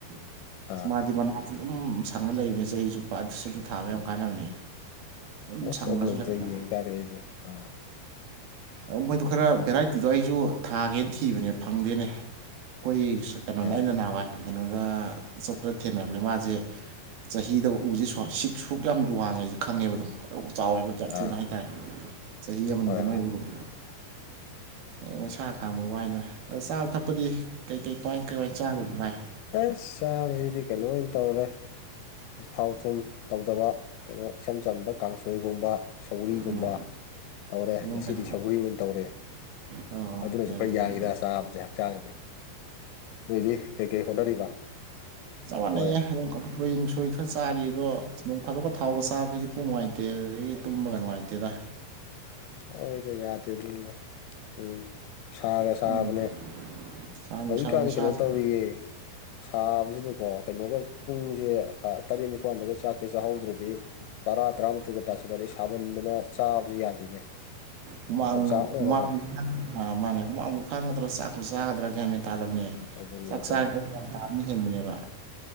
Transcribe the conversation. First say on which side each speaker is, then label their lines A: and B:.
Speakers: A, on the right; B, on the left.
A: <inaudible>
B: ꯑꯥ
A: ꯃꯥꯗꯤ ꯃꯅꯥꯁꯨ ꯑꯗꯨꯝ ꯁꯪꯉ ꯂꯩꯕꯅꯤ ꯆꯍꯤ ꯆꯨꯞꯄ ꯑꯗꯨꯁꯨ ꯑꯗꯨ ꯊꯥꯕ ꯌꯥꯝ ꯀꯥꯟꯅꯕꯅꯦ ꯑꯗꯨꯝ
B: ꯑꯁ
A: ꯁꯪꯉꯁꯨ
B: ꯑꯗꯨ ꯑꯝꯇ
A: ꯂꯩꯕ
B: ꯌꯦꯡ ꯇꯥꯔꯦ ꯑꯩꯁꯨ ꯑꯥ
A: ꯃꯣꯏꯗꯣ ꯈꯔ ꯚꯦꯔꯥꯏꯇꯤꯗꯣ ꯑꯩꯁꯨ ꯊꯥꯒꯦꯅ ꯊꯤꯕꯅꯦ ꯐꯪꯗꯦꯅꯦ ꯑꯩꯈꯣꯏ ꯀꯩꯅꯣꯗ
B: ꯑꯥ
A: ꯑꯩꯅ ꯅꯍꯥꯟꯋꯥꯏ ꯀꯩꯅꯣꯗ ꯆꯠꯄꯗ ꯊꯦꯡꯅꯔꯛꯄꯅꯤ ꯃꯥꯁꯦ ꯆꯍꯤꯗ ꯎꯁꯦ ꯁꯤꯛ ꯁꯨꯛ ꯌꯥꯝ ꯋꯥꯡꯉꯦꯁꯦ ꯈꯪꯉꯦꯕꯗꯨꯝ ꯆꯥꯎꯋꯦꯕ ꯌꯥꯝ ꯊꯨꯅ
B: ꯑꯥ
A: ꯍꯥꯏꯇꯥꯔꯦ ꯆꯍꯤ ꯑꯃꯅꯤꯗ
B: ꯍꯣꯏ
A: ꯅꯣꯏ
B: ꯍꯣꯏ
A: ꯎꯔꯨꯝ ꯃꯩꯁ ꯈꯥꯡꯕ ꯋꯥꯏꯗꯅ ꯑꯗꯣ ꯆꯥꯕ ꯊꯛꯄꯗꯤ ꯀꯩ ꯀꯩ ꯀꯃꯥꯏ ꯀꯩꯃꯥꯏ ꯆꯥꯔꯤꯕ ꯚꯥꯢ
B: ꯑꯁ ꯆꯥꯕꯁꯤꯗꯤ ꯀꯩꯅꯣ ꯑꯣꯏꯅ ꯇꯧꯔꯦ ꯊꯥꯎ ꯊꯨꯝ ꯇꯧꯗꯕ ꯀꯩꯅꯣ ꯏꯆꯝ ꯆꯝꯕ ꯀꯥꯡꯁꯣꯏꯒꯨꯝꯕ ꯁꯧꯒ꯭ꯔꯤꯒꯨꯝꯕ
A: ꯑꯃ
B: ꯇꯧꯔꯦ
A: ꯑꯗꯨꯝ
B: ꯉꯁꯤꯗꯤ
A: ꯐꯩ
B: ꯁꯧꯒ꯭ꯔꯤ ꯑꯣꯏꯅ ꯇꯧꯔꯦ
A: ꯑꯣ
B: ꯑꯗꯨꯅꯁꯨ
A: ꯌꯥꯝ
B: ꯈꯔ
A: ꯌꯥꯝ
B: ꯌꯥꯡꯉꯤꯗ ꯆꯥꯕꯁꯦ ꯍꯛꯆꯥꯡꯁꯦ ꯅꯣꯏꯗꯤ ꯀꯩꯀꯩ ꯍꯣꯠꯅꯔꯤꯕ
A: ꯆꯞꯃꯅꯩꯌꯦ
B: ꯍꯣꯏ
A: ꯂꯣꯏ ꯅꯨꯡꯁꯣꯏ ꯈꯔ ꯆꯥꯔꯤ ꯑꯗꯣ ꯅꯣꯡ ꯐꯥꯗꯣꯛꯀ ꯊꯥꯎꯒ ꯆꯥꯕꯁꯤꯗꯤ ꯄꯨꯛ ꯅꯨꯡꯉꯥꯏꯇꯦ ꯑꯗꯨꯗꯒꯤ ꯇꯨꯝꯕꯒ ꯅꯨꯡꯉꯥꯏ ꯇꯦꯗ
B: ꯍꯣꯏꯗ ꯌꯥꯗꯦ ꯑꯗꯨꯅꯤꯗ ꯎꯝ ꯁꯥꯒ
A: ꯈꯪꯗꯦ
B: ꯁꯥꯕꯅꯦ
A: ꯅꯨꯡꯁꯥ ꯅꯨꯡꯁꯥ
B: ꯍꯧꯖꯤꯛꯀꯥꯟꯁꯤ
A: ꯃꯩꯁꯥꯁꯦ
B: ꯀꯩꯅꯣ ꯇꯧꯔꯤꯌꯦ ꯁꯥꯕꯁꯤꯗꯀꯣ ꯀꯩꯅꯣꯒ ꯄꯨꯡꯁꯦ ꯇꯔꯦꯠ ꯅꯤꯄꯥꯜꯗꯒ ꯆꯥꯛꯁꯦ ꯆꯥꯍꯧꯗ꯭ꯔꯗꯤ ꯇꯔꯥ ꯇꯔꯥꯃꯊꯣꯢꯒ ꯇꯁꯤꯟꯂꯗꯤ ꯁꯃꯟꯗꯅꯥ ꯆꯥꯕꯖꯤ ꯌꯥꯗꯦꯅꯦ
A: ꯍꯨꯃꯥꯡꯅ
B: ꯑꯣꯝꯆꯥꯛꯅꯔꯒ
A: ꯍꯨꯃꯥꯡ ꯃꯥꯅꯦ ꯍꯨꯃꯡꯕꯨ ꯈꯥꯡꯒꯗ꯭ꯔꯥ ꯆꯥꯛꯄꯨ ꯆꯥꯒꯗ꯭ꯔꯥ ꯒ꯭ꯌꯥꯟꯃꯦꯟ ꯊꯥꯗꯕꯅꯦ
B: ꯑꯗꯨꯅꯤ
A: ꯆꯥꯛ
B: ꯑꯗꯨꯅꯤ
A: ꯆꯥꯔꯤ ꯥ ꯀꯃ ꯍꯦꯟꯕꯅꯦꯕ